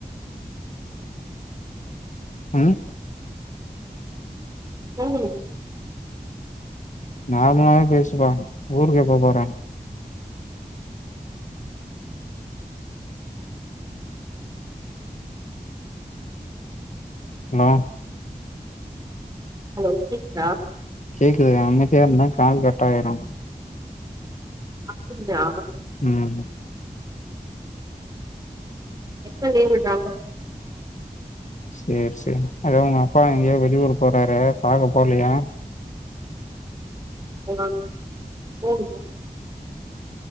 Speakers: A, on the left; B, on the right.
A: ம்
B: போகணும்
A: நார்மலாவே பேசுப்பா ஊருக்கு எப்ப போற ஹலோ
B: ஹலோ கேக்தா
A: கேக்குதுகா அமைதியா இருந்தா கால் கட்டாயிரும்
B: அப்புடியா
A: ம்
B: எப்ப லீவ் விட்றாங்கோ
A: சேரி சேரி அதா உங்க அப்பா எங்கயோ வெளியூர் போறாரே பாக்க போலயா
B: ஓ ஹா போகுணும் பா